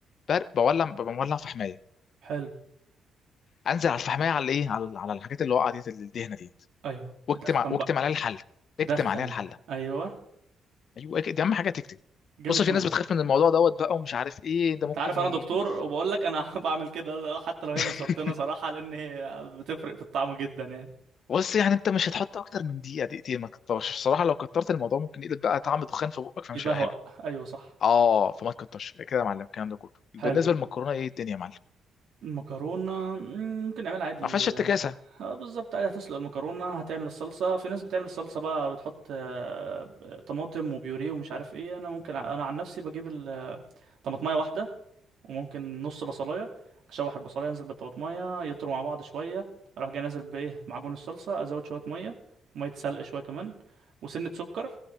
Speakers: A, on the left; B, on the right.
A: بر- بولع ببقى مولع فحمايه
B: حلو
A: انزل على الفحمايه على ايه على على الحاجات اللي وقعت ديت الدهنه ديت
B: ايوه تدخن
A: واكتم ع- واكتم
B: بقى
A: عليها الحله
B: تدخن
A: اكتم عليها الحله
B: ايوه
A: ايوه كده، دي اهم حاجه تكتب
B: جامد
A: بص في
B: قوي
A: ناس بتخاف من الموضوع دوت بقى ومش عارف ايه ده
B: انت
A: ممكن
B: عارف
A: ي...
B: انا دكتور وبقول لك انا <laughs> بعمل كده حتى لو هي
A: <laughs>
B: مسرطنه صراحه لان هي بتفرق في الطعم جدا يعني
A: بص يعني انت مش هتحط اكتر من دقيقه دقيقتين ما تكترش الصراحه لو كترت الموضوع ممكن يقلب بقى طعم دخان في بقك فمش
B: يبهوأ
A: هيبقى حلو
B: ايوه صح
A: اه فما تكترش كده يا معلم الكلام ده كله بالنسبه
B: حلو
A: للمكرونه ايه الدنيا يا معلم
B: مكرونة مم، ممكن نعملها عادي
A: ما فيهاش
B: اه
A: افتكاسه
B: آه، بالظبط عادي هتسلق المكرونة هتعمل الصلصة في ناس بتعمل الصلصة بقى بتحط آه، ب- طماطم وبيوريه ومش عارف ايه انا ممكن ع- انا عن نفسي بجيب ال- طماطماية واحدة وممكن نص بصلاية اشوح البصلاية انزل بالطماطماية يطروا مع بعض شوية اروح جاي نازل بايه معجون الصلصة ازود شوية مية مية سلق شوية كمان وسنة سكر